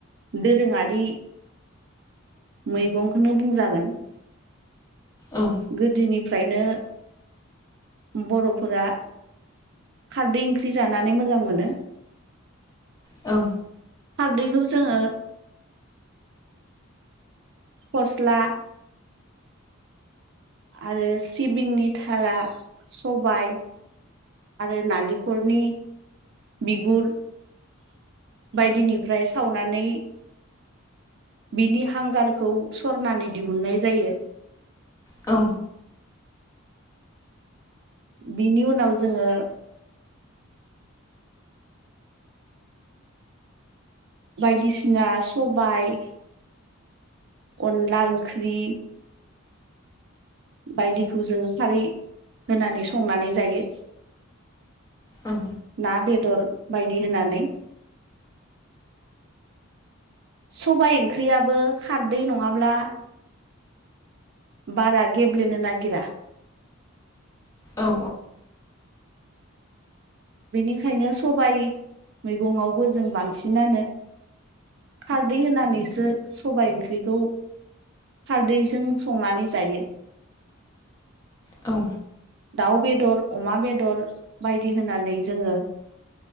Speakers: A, on the right; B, on the left.
A: दोरोङारि मैगंखौनो बुंजागोन
B: औ
A: गोदोनि फ्रायनो बर'फोरा खारदै ओंख्रि जानानै मोजां मोनो
B: औ
A: खारदैखौ जोङो फस्ला आरो सिबिंनि थारा सबाय आरो नालेंखलनि बिगुर बायदिनिफ्राय सावनानै बिनि हांगारखौ सरनानानै दिहुननाय जायो।
B: औ।
A: बिनि उनाव जोङो बायदिसिना सबाय अनला ओंख्रि बायदिखौ जोङो खारै होनानै संनानै जायो।
B: औ
A: ना बेदर बायदि होनानै सबाय ओंख्रियाबो खारदै नङाब्ला बारा गेब्लेनो नागिरा।
B: औ।
A: बेनिखायनो सबाय मैगंआवबो जों बांसिनानो खारदै होनानैसो सबाय ओंख्रिखौ खारदैजों संनानै जायो।
B: औ
A: दाउ बेदर अमा बेदर बायदि होनानै जोङो